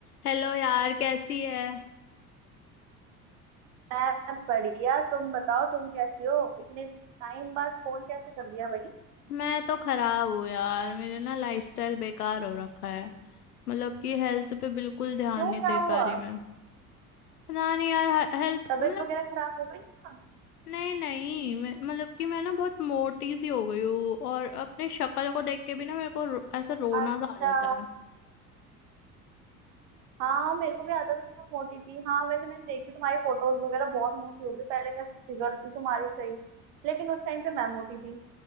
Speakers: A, on the left (about 70°); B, on the right (about 55°).
A: Hello यार कैसी है
B: मैं बढ़िया तुम बताओ तुम कैसी हो इतने टाइम बाद फोन कैसे कर लिया भाई
A: मैं तो खराब हूँ यार मेरे ना लाइफस्टाइल बेकार हो रखा है मतलब कि हेल्थ पे बिल्कुल ध्यान
B: क्यों
A: नहीं
B: क्या
A: दे
B: हुआ
A: पा रही मैं ना नहीं यार हेल्थ
B: तबीयत
A: मतलब
B: वगैरह खराब हो गई है?
A: नहीं नहीं मैं- मतलब कि मैं ना बहुत मोटी सी हो गई हूँ और अपने शक्ल को देख के भी ना मेरे को रो, ऐसा रोना
B: अच्छा
A: सा आ जाता है
B: हाँ मेरे को भी आता था तो मैं मोटी थी हाँ वैसे मैंने देखी तुम्हारी फोटोज वगैरह बहुत मोटी हो गई पहले कैसे फिगर थी तुम्हारी सही लेकिन उस टाइम पे मैं मोटी थी